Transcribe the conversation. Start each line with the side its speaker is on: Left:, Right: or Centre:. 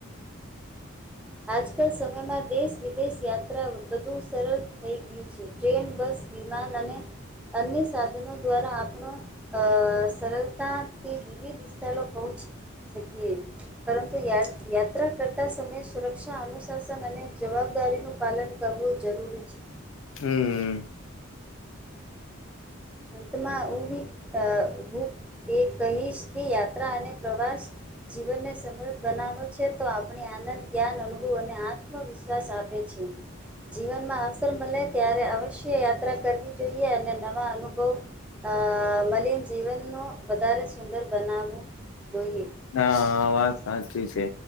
Centre: આજકાલ સમયમાં દેશ વિદેશ યાત્રા વધુ સરળ થઈ ગયું છે. ટ્રેન બસ વિમાન અને અન્ય સાધનો દ્વારા આપણો અ સરળતાથી લીલી વિસ્તારો પહોંચ. શકીયે પરંતુ યા યાત્રા આવતા સમયે સુરક્ષા અનુશાસન અને જવાબદારીનું પાલન કરવું જરૂરી છે.
Left: હમ્મ.
Centre: અંતમાં હું બી અ હું એ કહીશ કે યાત્રા અને પ્રવાસ જીવનને સમૃદ્ધ બનાવો છે તો આપણે આનંદ. જ્ઞાન અનુભવ અને આત્મવિશ્વાસ આપે છે. જીવનમાં અવસર મળે ત્યારે અવશ્ય યાત્રા કરવી જોઈએ અને નવા અનુ તો અ મલીન જીવનનું વધારે સુંદર બનાવવું જોઈએ.
Left: હા હા વાત સાચી છે.